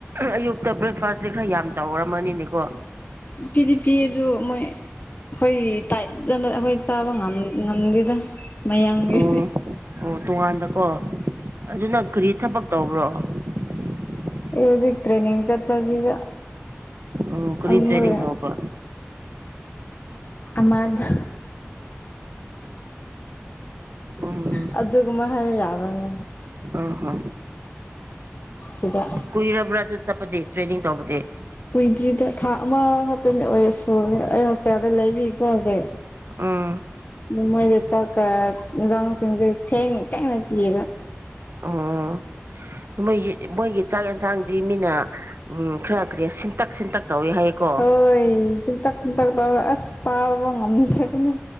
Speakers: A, on the right; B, on the left.
A: ꯑꯌꯨꯛꯇ ꯕ꯭ꯔꯦꯛꯐꯥꯁꯇꯤ ꯈꯔ ꯌꯥꯝ ꯇꯧꯔꯝꯃꯅꯤꯅꯦꯀꯣ
B: ꯄꯤꯗꯤ ꯄꯤ ꯑꯗꯨ ꯃꯣꯏ ꯈꯣꯏ ꯇꯥꯏꯞꯇ ꯑꯈꯣꯏ ꯆꯥꯕ ꯉꯝ ꯉꯝꯗꯦꯗ ꯃꯌꯥꯝꯒꯤ
A: ꯑꯣ ꯑꯣ ꯇꯣꯉꯥꯟꯗꯀꯣ ꯑꯗꯨꯅ ꯀꯔꯤ ꯊꯕꯛ ꯇꯧꯕ꯭ꯔꯣ? <inaudible>
B: ꯑꯩ ꯍꯨꯖꯤꯛ ꯇ꯭ꯔꯦꯅꯤꯡ ꯆꯠꯄꯁꯤꯗ
A: ꯑꯣ ꯀꯔꯤ
B: ꯑꯃ
A: ꯇ꯭ꯔꯦꯅꯤꯡ ꯇꯧꯕ?
B: ꯑꯃꯗ
A: ꯎꯝ
B: ꯍ ꯑꯗꯨꯒꯨꯝꯕ ꯍꯥꯏꯕ ꯌꯥꯕꯅꯦ
A: ꯑꯍꯣ
B: ꯁꯤꯗ
A: ꯀꯨꯏꯔꯕ꯭ꯔꯥ ꯑꯗꯨ ꯆꯠꯄꯗꯤ ꯇ꯭ꯔꯦꯅꯤꯡ ꯇꯧꯕꯗꯤ
B: ꯀꯨꯏꯗ꯭ꯔꯤꯗ ꯊꯥ ꯑꯃꯈꯛꯇ <unintelligible> ꯂꯩꯕꯤꯀꯣ ꯍꯧꯖꯤꯛ
A: ꯎꯝ
B: ꯃꯣꯏꯖꯦ ꯆꯛꯀ ꯏꯟꯖꯥꯡꯁꯤꯡꯁꯦ ꯊꯦꯡ ꯊꯦꯡꯅ ꯄꯤꯌꯦꯕ꯫
A: ꯑꯣ ꯃꯣꯏꯒꯤ ꯃꯣꯏꯒꯤ ꯆꯥꯛ ꯌꯦꯟꯁꯥꯡꯗꯤ ꯃꯤꯅ ꯈꯔ ꯀꯔꯤ ꯁꯤꯟꯇꯛ ꯁꯤꯟꯇꯛ ꯇꯧꯋꯦ ꯍꯥꯏꯌꯦꯀꯣ
B: ꯍꯣꯏ ꯁꯤꯟꯇꯛ ꯁꯤꯟꯇꯛ ꯇꯧꯔꯒ ꯑꯁ ꯆꯥꯕꯐꯧ ꯉꯝꯗꯕꯅꯤ